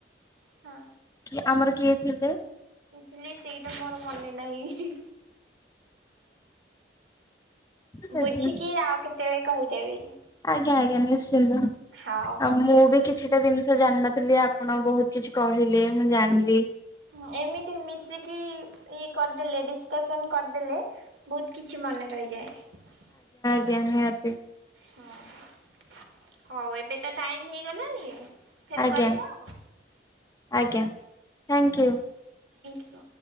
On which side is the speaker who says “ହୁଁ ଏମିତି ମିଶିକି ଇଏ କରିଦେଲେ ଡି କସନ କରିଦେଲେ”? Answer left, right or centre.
Right